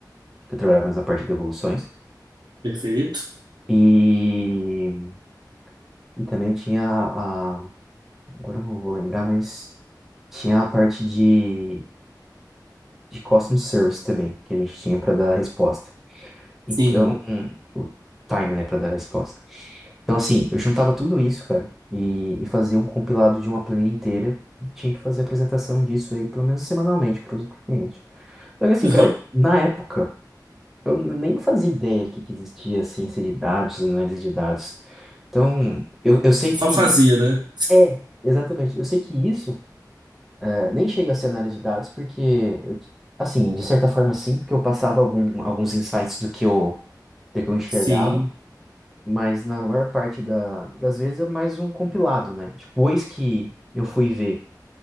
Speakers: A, in the centre; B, on the right (about 75°).
A: que eu trabalhava mais na parte de devoluções.
B: Perfeito.
A: E, e também tinha a, agora eu não vou lembrar, mas tinha a parte de, de customer service também, que a gente tinha para dar a resposta. Então,
B: Sim.
A: o time, né, pra dar a resposta. Então, assim, eu juntava tudo isso, cara, e, e fazia um compilado de uma planilha inteira. E tinha que fazer a apresentação disso aí, pelo menos semanalmente, para o cliente. Só que, assim,
B: Aham.
A: cara, na época, eu n- nem fazia ideia que, que existia ciência de dados, análise de dados. Então, eu, eu sei que.
B: Só fazia, né?
A: É, exatamente. Eu sei que isso eh, nem chega a ser análise de dados, porque, eu, assim, de certa forma, sim, porque eu passava algum, alguns insights do que eu, do que eu enxergava.
B: Sim.
A: mas na maior parte da- das vezes é mais um compilado, né? Depois que eu fui ver,